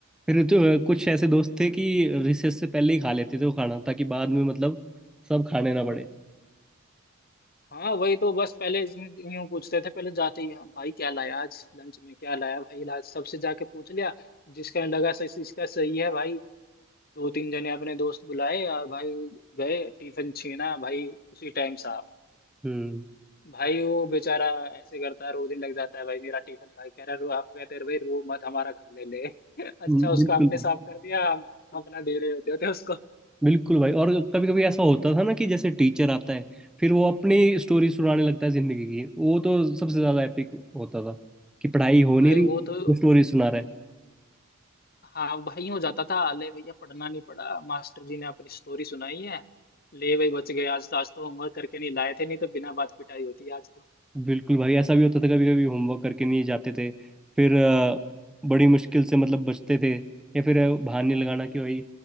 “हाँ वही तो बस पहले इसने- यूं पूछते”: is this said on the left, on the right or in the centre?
Left